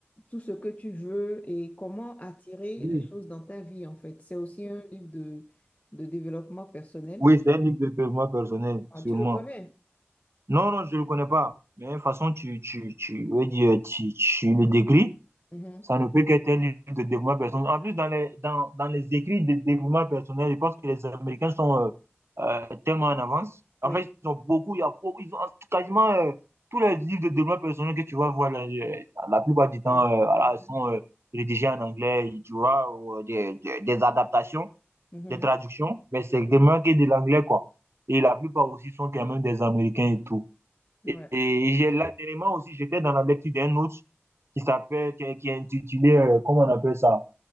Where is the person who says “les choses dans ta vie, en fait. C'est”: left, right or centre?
Left